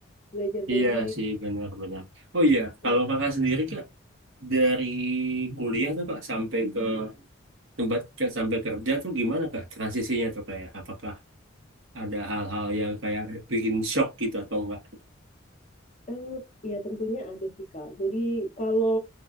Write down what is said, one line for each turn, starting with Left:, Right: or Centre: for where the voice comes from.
Left: belajar dari
Right: Iya sih, benar-benar. Oh iya, kalau
Left: mereka.
Right: kakak sendiri Kak, dari kuliah tuh Kak sampai ke tempat ke, sampai kerja tuh gimana Kak transisinya tuh kayak apakah ada hal-hal yang kayak bikin shock gitu atau enggak?
Left: Eh, ya tentunya ada sih Kak. Jadi kalau